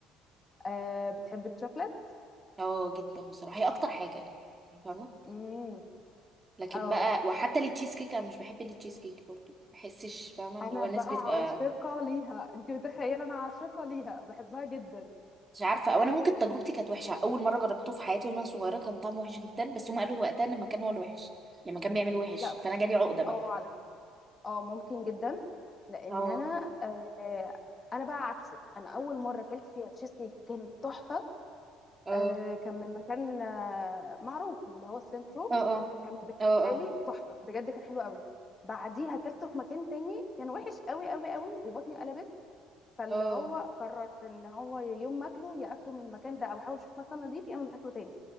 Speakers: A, on the left (about 25°); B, on the right (about 20°).
A: أه بتحب الشوكليت
B: اه جدا بصراحه هي اكتر حاجه يعني فاهمه
A: امم
B: لكن
A: أو
B: بقى وحتى التشيز كيك انا مش بحب التشيز كيك برضو ما بحسش فاهمه اللي
A: أنا
B: هو الناس
A: بقى
B: بتبقى
A: عاشقة ليها أنت متخيلة أنا عاشقة ليها بحبها جدا
B: مش عارفه او انا ممكن تجربتي كانت وحشه اول مره جربته في حياتي وانا صغيره كان طعمه وحش جدا بس هم قالوا وقتها ان المكان هو الوحش يعني المكان بيعمل وحش
A: لا
B: فانا جالي عقده بقى
A: أه على فكرة أه ممكن جدا لأن
B: اه
A: أنا أه أنا بقى عكسك أنا أول مرة أكلت فيها تشيز كيك كانت تحفة
B: اه
A: آه كان من مكان آه معروف اللي هو سليم ترو
B: اه اه
A: كان بالنسبه
B: اه اه
A: لي تحفه بجد كان حلو قوي بعديها اكلته في مكان تاني كان وحش قوي قوي قوي وبطني قلبت فاللي
B: اه
A: هو قررت ان هو يوم ما اكله يا اكله من المكان ده او احاول اشوف مكان نضيف يا اما مش هاكله تاني